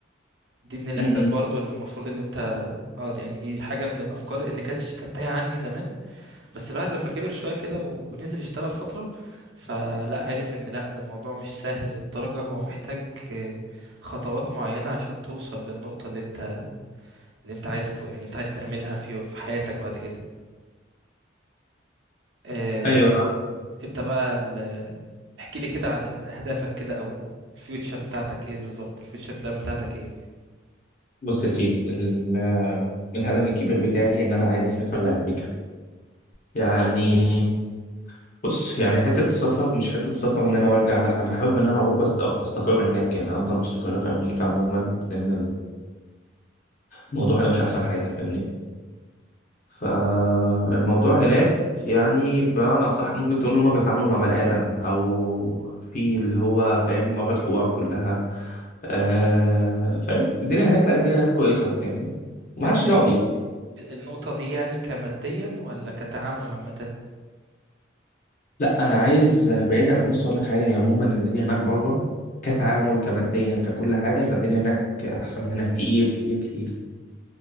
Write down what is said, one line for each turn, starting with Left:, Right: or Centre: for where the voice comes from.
Right: دي من الاهداف
Left: م-م.
Right: برضو اللي المفروض ان انت اه يعني دي حاجة من الافكار ان كانت كانت تايهة عندي زمان بس الواحد لما كبر شوية كده ونزل يشتغل فترة فلا عرف ان لا ده الموضوع مش سهل للدرجة هو محتاج آه، خطوات معينة عشان توصل للنقطة اللي انت اللي انت عايز تو- يعني انت عايز تعملها في في حياتك بعد كده آه،
Left: ايوه فاهم
Right: انت بقى ال- احكي لي كده عن اهدافك كده او الفيوتشر بتاعتك ايه بالظبط الفيوتشر بلان بتاعتك ايه
Left: بص يا سيدي ال- الهدف الكبير بتاعي ان انا عايز اسافر لامريكا يعني بص يعني حته السفر مش حته السفر ان انا وارجع لا انا حابب ان انا اروح واستقر هناك يعني افضل مستقر في امريكا عموما لان الموضوع هنا مش احسن حاجه فاهمني فالموضوع هناك يعني بمعنى صح ممكن تقول ان هما بيتعاملوا مع بني ادم او في اللي هو فاهم واخد حقوقه كلها آه فاهم الدنيا هناك لا الدنيا هناك كويسه فاهمني ومحدش
Right: انت ال-
Left: دعوه بيك
Right: النقطة دي يعني كماديا ولا كتعامل عامة
Left: لا انا عايز بعيدا بص اقول لك حاجه هي عموما الدنيا هناك بره كتعامل كماديا ككل حاجه فالدنيا هناك احسن من هنا كتير كتير كتير